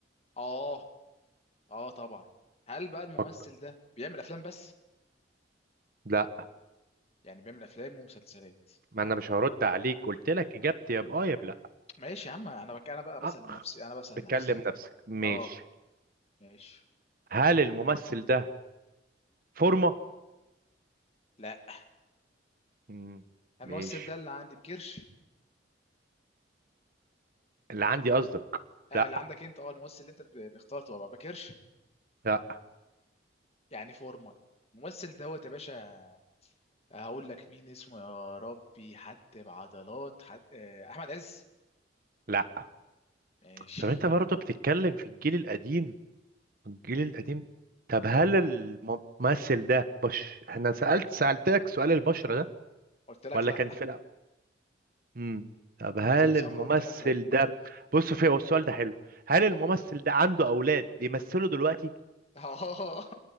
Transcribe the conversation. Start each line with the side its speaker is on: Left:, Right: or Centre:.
Left: اه اه طبعا هل بقى الممثل
Right: فك...
Left: ده بيعمل افلام بس؟
Right: لا
Left: يعني بيعمل افلام ومسلسلات
Right: ما انا مش هرد عليك قلت لك اجابتي يا باه يا بلا
Left: ماشي يا عم انا بك انا بقى بسأل
Right: أه.
Left: نفسي انا بسأل
Right: بتكلم
Left: نفسي
Right: نفسك ماشي
Left: اه ماشي
Right: هل الممثل ده فورمه
Left: لا
Right: مم.
Left: الممثل
Right: ماشي
Left: ده اللي عندي بكرش
Right: اللي عندي قصدك
Left: آه
Right: لا
Left: اللي عندك انت اه الممثل اللي انت ب- بختار تبقى بكرش
Right: لا
Left: يعني فورمة الممثل دوت يا باشا هقول لك مين اسمه يا ربي حد بعضلات حد آه، احمد عز
Right: لا
Left: ماشي
Right: طب انت برضه بتتكلم في الجيل القديم الجيل القديم طب هل
Left: طب معاك
Right: الممثل ده بش انا سألت سألتك سؤال البشرة ده
Left: قلت لك
Right: ولا
Left: لا
Right: كان في الأول امم طب هل
Left: قلت لي سمر
Right: الممثل
Left: قلت لك لا
Right: ده بص في هو السؤال ده حلو هل الممثل ده عنده أولاد بيمثلوا دلوقتي
Left: <laughs>